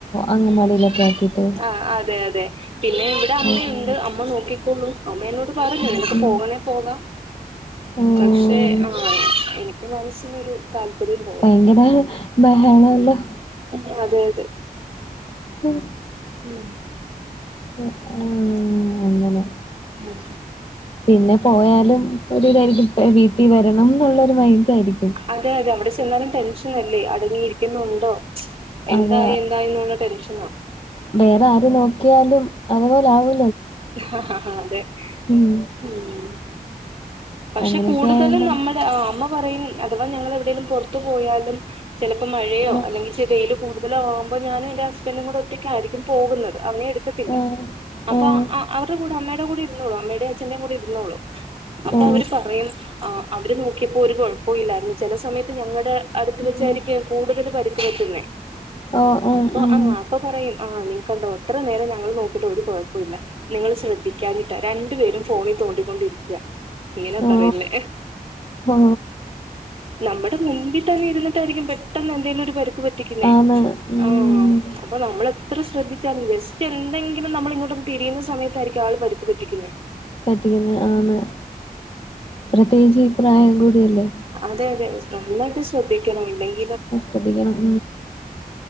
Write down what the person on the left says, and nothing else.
അങ്ങമാടിലൊക്കെ
ആക്കിട്ട്
ഓഹ്
ഉം
ഉം
ഓഹ്
ഭയങ്കര ബഹള ല്ലോ
ഉമ്
ആഹ അങ്ങനെ
പിന്നെ പോയാലും ഒരു <inaudible> ട്ടി വരണം എന്നുള്ളൊരു മൈൻഡ് ആയിരിക്കും
അതാ
വേറെ ആര് നോക്കിയാലും അതുപോ- ലാവു
ഉം
അങ്ങനെയൊക്കെ
ആയോണ്ടാണ്
ആഹ്
ആഹ്
ആഹ്
ഓ
ഉം
ഓ ഉം
ഉം
ഓ
ഓ
ആന്ന് ഉം
പറ്റിക്കുന്ന ആന്ന് പ്രത്യേകിച്ച് ഈ പ്രായം കൂടിയല്ലേ
അ ശ്രദ്ധിക്കണം